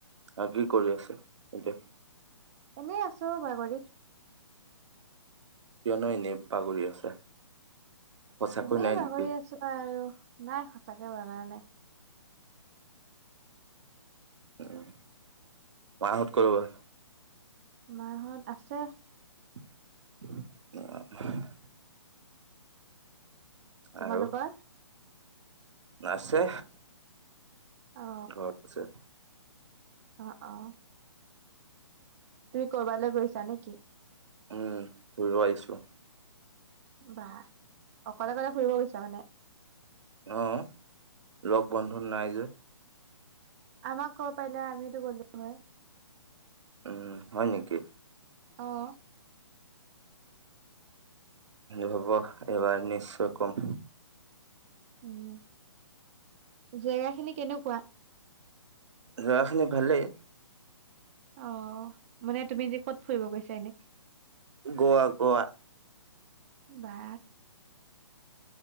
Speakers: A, on the right; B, on the right.
A: অ' কি কৰি আছা এতিয়া
B: এনেই আছো বাগৰি
A: কিয়নো এনে বাগৰি আছা সঁচাকৈ
B: এনেই
A: নাই
B: বাগৰি
A: নেকি
B: আছো আৰু নাই সঁচাকে বাগৰা নাই
A: উ মাহঁত কলৈ গ'ল
B: মাঁহত আছে
A: অ',
B: তোমালোকৰ
A: আৰু আছে
B: অ
A: ঘৰত আছে
B: অ', অ' তুমি কৰবালৈ গৈছা নেকি
A: উম ফৰিব আইছো
B: বাহ অকলে কলে ফুৰিব গৈছা মানে
A: অ', লগ বন্ধু নাই যে
B: আমাক কব পাৰিলে আমিতো গ'লো হয়
A: উম হয় নেকি
B: অ',
A: হব এইবাৰ নিশ্চয় কম
B: উম জেগা খিনি কেনেকুৱা
A: যেগাখিনা ভালেই
B: অ', মানে তুমি তিয়া কত ফুৰিব গৈছা এনে
A: গোৱা গোৱা
B: বা